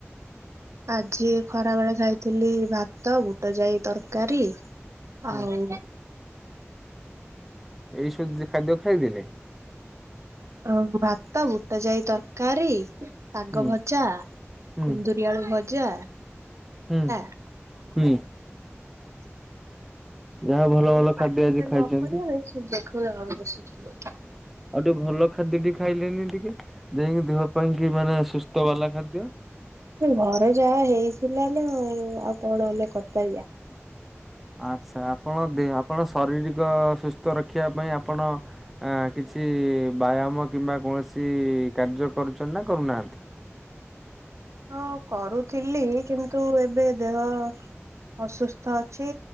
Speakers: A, on the right; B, in the centre.
A: ଆଜି ଖରା ବେଳେ ଖାଇଥିଲି ଭାତ, ବୁଟ ଯାଇ ତରକାରୀ ଆଉ
B: ହୁଁ ଏଇସବୁ ଖାଦ୍ୟ ଖାଇଦଲେ
A: ଆ ଭାତ, ବୁଟ ଯାଇ ତରକାରୀ ଶାଗ
B: ହୁଁ
A: ଭଜା,
B: ହୁଁ
A: କୁନ୍ଦୁରି ଆଳୁ ଭଜା
B: ହୁଁ
A: ଆ
B: ହୁଁ ଯାହା ଭଲ
A: କୋଉ
B: ଭଲ
A: ପାଟିଟା
B: ଖାଦ୍ୟ ଆଜି ଖାଇଛନ୍ତି।
A: ନ କରିବା ପାଇଁ ଦେଖୁନ ଆଗ ବସିଥିଲୁ
B: ଆଉ ଟିକେ ଭଲ ଖାଦ୍ୟ ଟିକେ ଖାଇଲେନି ଟିକେ ଯାହାକି ଦେହ ପାଇଁ କି ମାନେ ସୁସ୍ଥ ବାଲା ଖାଦ୍ୟ
A: ଘରେ ଯାହା ହେଇଥିଲା ନା ଆଉ ଆଉ କଣ ଆମେ କରିପାରିବା।
B: ଆଚ୍ଛା ଆପଣ ଦେହ ଆପଣ ଶାରୀରିକ ସୁସ୍ଥ ରଖିବା ପାଇଁ ଆପଣ ଆ କିଛି ବ୍ୟାୟାମ କିମ୍ବା କୌଣସି କାର୍ଯ୍ୟ କରୁଛନ୍ତି ନା କରୁନାହାନ୍ତି।
A: ହଁ କରୁଥିଲି, କିନ୍ତୁ ଏବେ ଦେହ ଅସୁସ୍ଥ ଅଛି